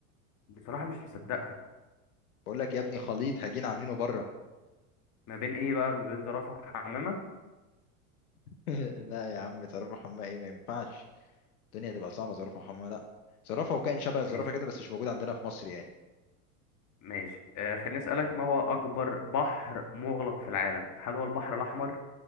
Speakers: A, on the left; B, on the left.
A: بصراحه مش مصدقها
B: بقول لك يا ابني خليط هجين عاملينه بره
A: ما بين ايه بقى ما بين زرافه وحمامه
B: <laughs> لا يا عم زرافه حمامه ايه ما ينفعش الدنيا هتبقى صعبه زرافه حمامه لا زرافه وكائن شبه الزرافه
A: ماشي
B: كده بس مش موجود عندنا في مصر يعني
A: ماشي آه خليني أسألك ما هو أكبر بحر مغلق في العالم هل هو البحر الأحمر